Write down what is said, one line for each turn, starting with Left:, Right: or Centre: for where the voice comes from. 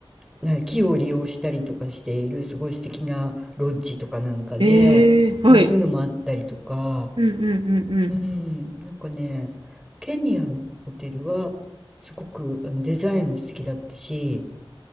Centre: な木を利用したりとかしているすごい素敵なロッジとかなんかで、
Right: えー、はい。
Centre: うん、そういうのもあったりとか。
Right: うんうんうんうん。
Centre: うん、なんかね、ケニアのホテルはすごくあのデザインも素敵だったし、